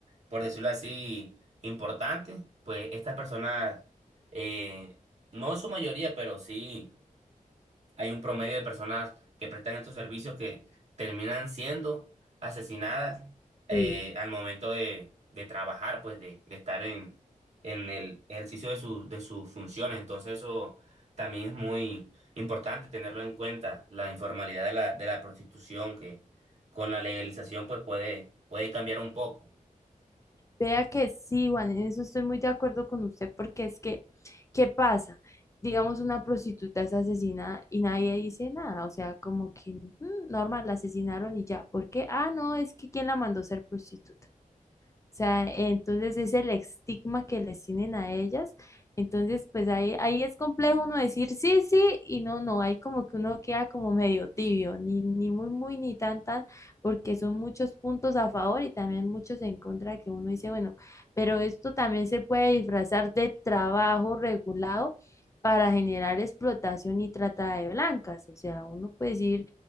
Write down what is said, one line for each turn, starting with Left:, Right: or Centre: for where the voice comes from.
Right: por decirlo así, importante, pues estas personas, eh, no en su mayoría, pero sí hay un promedio de personas que prestan estos servicios que terminan siendo asesinadas eh,
Left: Sí.
Right: al momento de, de trabajar, pues de, de estar en, en el ejercicio de, su- de sus funciones. Entonces eso también es muy importante tenerlo en cuenta, la informalidad de la, de la prostitución que con la legalización pues puede, puede cambiar un poco.
Left: Vea que sí, Juan, en eso estoy muy de acuerdo con usted, porque es que, ¿qué pasa? Digamos, una prostituta es asesinada y nadie dice nada, o sea, como que mm, normal, la asesinaron y ya. ¿Por qué? Ah, no, es que ¿quién la mandó a ser prostituta? O sea, entonces es el estigma que les tienen a ellas. Entonces, pues ahí, ahí es complejo uno decir sí, sí y no, no. hay como que uno queda como medio tibio, ni, ni muy, muy, ni tan, tan, porque son muchos puntos a favor y también muchos en contra que uno dice, bueno, pero esto también se puede disfrazar de trabajo regulado para generar explotación y trata de blancas. O sea, uno puede decir,